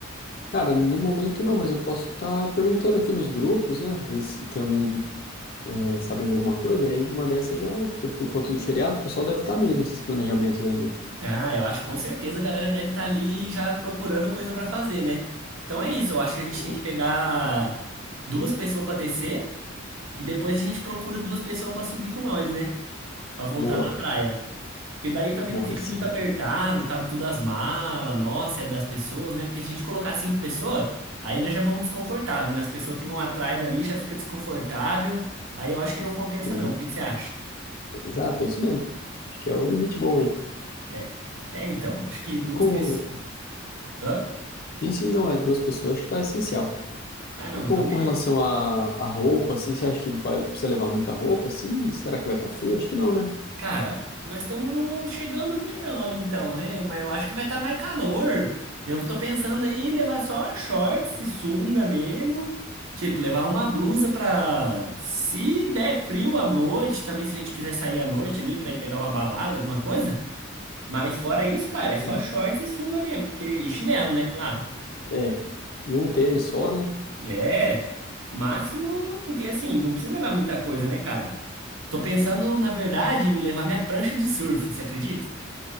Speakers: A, on the left; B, on the right.
A: Cara, no momento não, mas eu posso estar perguntando aqui nos grupos, né? Ver se tem alguém é, sabendo de alguma coisa. Aí uma dessas já, porque por conta do feriado, o pessoal deve estar meio nesses planejamentos aí, né?
B: Ah, eu acho que com certeza a galera deve estar ali já procurando coisa pra fazer, né? Então é isso, eu acho que a gente
A: Sim.
B: tem que pegar duas pessoas pra descer e depois a gente procura duas pessoas pra subir com nós, né? Pra voltar
A: Boa,
B: da praia. Porque daí também
A: boa,
B: não fica
A: aí sim.
B: muito apertado, cabe tudo as malas, nossa, é das pessoas, né? Porque se a gente colocar cinco pessoas, aí nós já vamos desconfortável, né? As pessoas que vão atrás ali já fica desconfortável, aí eu acho que não compensa
A: Sim,
B: não. O que que você acha?
A: exato, é isso mesmo. Acho que é o limite bom aí.
B: É, é então, acho que duas
A: E com,
B: pessoas. Hã?
A: Sim, sim, não, é duas pessoas, que tá essencial.
B: Ah, não,
A: E com,
B: então
A: com
B: beleza.
A: relação à à roupa, assim, você acha que vai, precisa levar muita roupa, assim? Será que vai estar frio? Acho que não, né?
B: Cara, nós estamos no- chegando no verão ali então, né? Mas eu acho que vai estar mais calor. Eu tô pensando aí em levar só shorts e sunga mesmo. Tipo, levar uma blusa pra. Se der frio à noite, também se a gente quiser sair à noite ali pra ir pegar uma balada, alguma coisa. Mas fora isso, cara, é só
A: Sim.
B: shorts e sunga mesmo. Porque... E chinelo, né? Claro.
A: É, e um tênis só, né?
B: É. Máximo, porque assim, não precisa levar muita coisa, né, cara? Tô pensando, na verdade, em levar minha prancha de surf, você acredita?